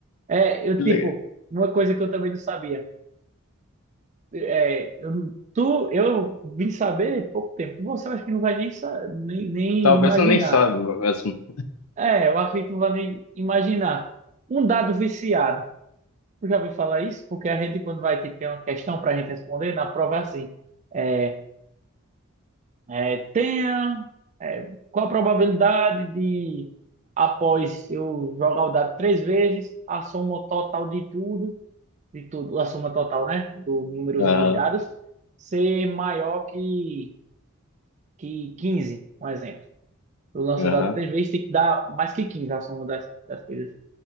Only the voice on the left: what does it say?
que
legal.
Talvez
eu nem saiba mesmo.
Aham,
aham,